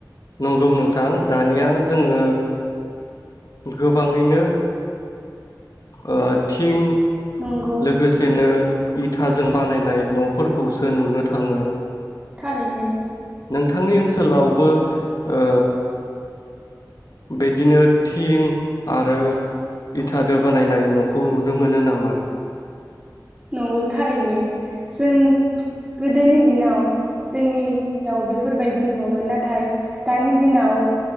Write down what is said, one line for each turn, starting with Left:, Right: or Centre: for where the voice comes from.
Left: नंगौ नोंथां दानिया जोङो गोबाङैनो ओ थिं
Right: नंगौ
Left: लोगोसेनो इथाजों बानायनाय न'फोरखौसो नुनो थाङो
Right: थारैनो
Left: नोंथांनि ओनसोलावबो ओ बिदिनो थिं आरो इथादो बानायनाय न'खौ नुनो मोनो नामा?
Right: नंगौ थारैनो जों गोदोनि दिनाव जोंनि याव बेफोरबायदि नङामोन नाथाय दानि दिनाव